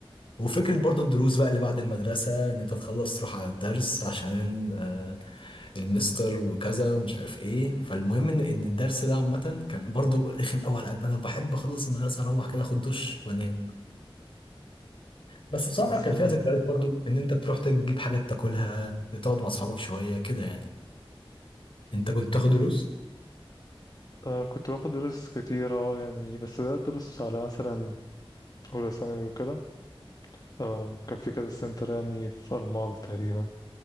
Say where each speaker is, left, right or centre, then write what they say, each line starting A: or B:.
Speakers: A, on the left (about 65°); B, on the left (about 40°).
A: وفكرة برضو الدروس بقى اللي بعد المدرسة إن أنت تخلص تروح على الدرس عشان آه، المستر وكذا ومش عارف إيه فالمهم إن إن الدرس ده عامة كان برضو رخم أوي على قلبي أنا بحب أخلص المدرسة أروح كده أخد دش وأنام بس بصراحة
B: مش
A: كان
B: سلام
A: فيها ذكريات
B: الصراحة
A: برضو إن أنت بتروح تجيب حاجات تاكلها تقعد مع أصحابك شوية كده يعني أنت كنت تاخد دروس؟
B: آه كنت باخد دروس كتيرة يعني بس بدأت دروس على مثلا أولى ثانوي وكده آم، كان في كذا سنتر يعني في ألماظ تقريبا